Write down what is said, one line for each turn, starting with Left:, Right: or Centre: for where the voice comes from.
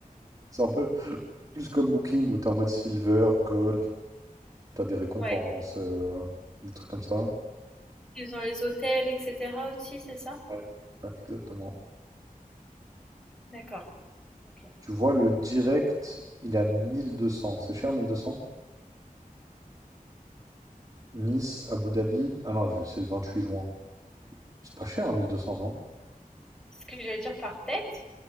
Right: C'est un peu <laughs> <sniffs> plus comme Booking où t'es en mode silver, gold, t'as des récompenses,
Centre: Ouais.
Right: euh, des trucs comme ça.
Centre: Ils ont les hôtels, etc. aussi, c'est ça?
Right: Ouais. Ouais, exactement.
Centre: D'accord. Ok.
Right: Tu vois le direct, il a mille deux cents C'est cher mille deux cents Nice, Abu Dhabi. Ah non, je- c'est le 28 juin. C'est pas cher, 1200 non?
Centre: Ce que j'allais dire par tête,